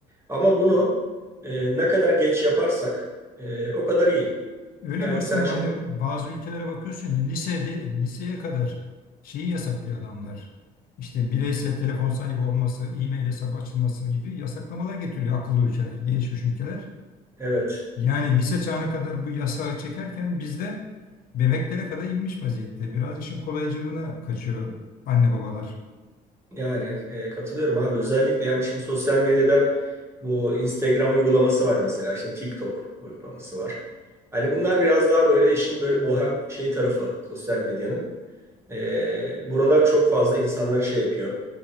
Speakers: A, on the right; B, on the left.
A: Ama bunu e, ne kadar geç yaparsak e, o kadar iyi.
B: Öyle
A: Yani
B: dostum
A: sen şimdi
B: hani bazı ülkelere bakıyorsun lisede liseye kadar şeyi yasaklıyor adamlar. İşte bireysel telefon sahibi olması, e-mail hesabı açılması gibi yasaklamalar getiriyor akıllı ülkeler, gelişmiş ülkeler.
A: evet
B: Yani lise çağına kadar bu yasağı çekerken bizde bebeklere kadar inmiş vaziyette. Biraz işin kolaycılığına kaçıyor anne babalar.
A: yani e, katılıyorum abi. Özellikle yani şimdi sosyal medyada bu Instagram uygulaması var mesela işte TikTok uygulaması var. Hani bunlar biraz daha böyle işin böyle bohem şey tarafı sosyal medyanın. E, buralar çok fazla insanları şey yapıyor.